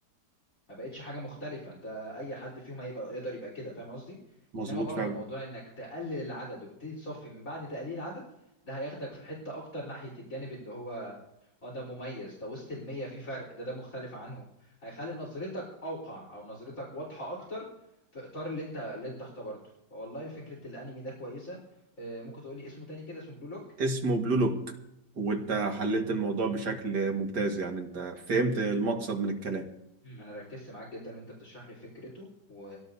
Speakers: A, on the left; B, on the right.
A: ما بقتش حاجة مختلفة ده اي حد فيهم هيبقى يقدر يبقى كده فاهم قصدي
B: مظبوط
A: انما برضو
B: فعلا
A: موضوع انك تقلل العدد وبتبتدي تصفي من بعد تقليل العدد ده هياخدك في حتة اكتر ناحية الجانب اللي هو اه ده مميز ده وسط المية في فرق ده ده مختلف عنهم هيخلي نظرتك أوقع أو نظرتك واضحة أكتر في إطار اللي أنت اللي أنت اختبرته فوالله فكرة الأنمي ده كويسة آه، ممكن تقولي اسمه تاني كده اسمه بلو لوك
B: اسمه بلو لوك وانت حللت الموضوع بشكل ممتاز يعني انت فهمت المقصد من الكلام
A: مم، أنا ركزت معاك جدا وأنت بتشرح لي فكرته و...